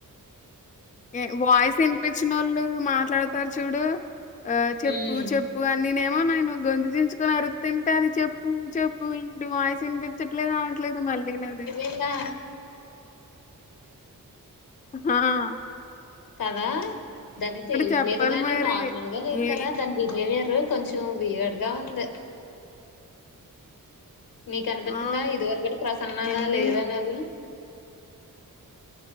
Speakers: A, on the left; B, on the left.
A: ఏ వాయిస్ వినిపించిన ఒళ్ళు మాట్లాడతారు చూడు ఆ చెప్పు
B: ఉమ్
A: చెప్పు అని నేనేమో నేను గొంతు చిచ్చుకొని అరు తుంటే అది చెప్పు చెప్పు ఇటు వయస్ వినిపించిట్లేదు రాట్లేదు మళ్ళీ నాది
B: ఇలా
A: హ
B: కదా దాని తెలీట్లేదు
A: చెప్పాలి
B: గాని
A: మరి.
B: నార్మల్ గా లేదు
A: ఏ
B: కదా దాని బిహేవియర్ కొంచం వేయడ్గా ఉంది నీకు అనిపితుందా
A: ఆ!
B: ఇది వరికటి ప్రసన్నాల
A: ఏంటి
B: లేరనది